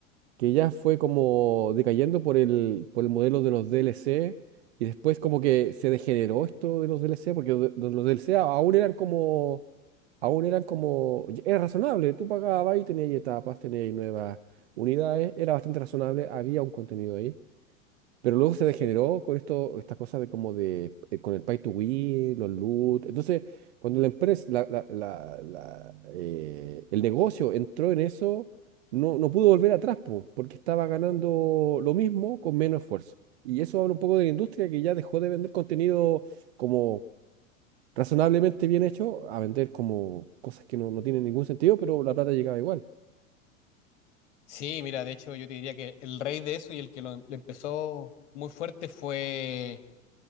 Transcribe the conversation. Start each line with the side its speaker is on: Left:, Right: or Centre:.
Right: que ya fue como decayendo por el, por el modelo de los DLC y después como que se degeneró esto de los DLC, porque de- de los DLC aún eran como, aún eran como, era razonable, tú pagabas y tenías ahí etapas, tenías ahí nuevas unidades, era bastante razonable, había un contenido ahí. Pero luego se degeneró con esto, esta cosa de como de, eh, con el pay to win, los loot. Entonces, cuando la empresa, la, la- la- la, eh, el negocio entró en eso, no, no pudo volver atrás, po, porque estaba ganando lo mismo con menos esfuerzo. Y eso habla un poco de la industria que ya dejó de vender contenido como razonablemente bien hecho a vender como cosas que no, no tienen ningún sentido, pero la plata llegaba igual.
Left: Sí, mira, de hecho yo te diría que el rey de eso y el que lo, lo empezó muy fuerte fue